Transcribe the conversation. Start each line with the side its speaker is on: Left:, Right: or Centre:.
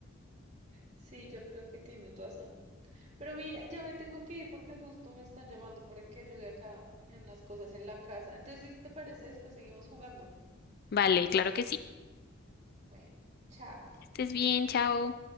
Right: Sí, yo creo que tienes razón. Pero mira, ya me tengo que ir porque justo me están llamando para que ayude acá en las cosas en la casa. Entonces, si te parece, después seguimos jugando.
Left: Vale, claro que sí.
Right: Bueno, chao.
Left: Estés bien, chao.